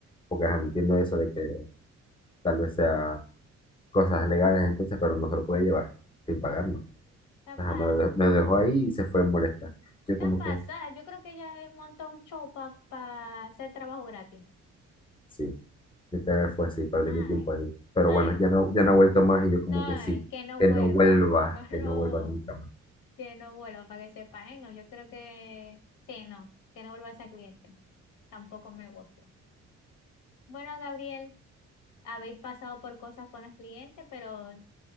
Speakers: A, on the left; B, on the left.
A: Porque ajá, entiendo eso de que tal vez sea cosas legales entonces, pero no se lo puede llevar sin pagar, no.
B: está,
A: Ajá,
B: pa-
A: me lo de- me lo dejó ahí y se fue molesta. Yo
B: está
A: como
B: pasada.
A: que,
B: Yo creo que ella montó un show para hacer trabajo gratis.
A: sí, literal fue así, perdí
B: Ay,
A: mi tiempo ahí. Pero
B: ay,
A: bueno, ya no, ya no ha vuelto más y yo como
B: no, ay,
A: que sí,
B: que no
A: que
B: vuelva.
A: no vuelva,
B: <laughs>
A: que no
B: No,
A: vuelva nunca más.
B: que no vuelva, para que sepa. Ay, no, yo creo que sí, no, que no vuelva esa cliente. Tampoco me gusta. Bueno, Gabriel, habéis pasado por cosas con los clientes, pero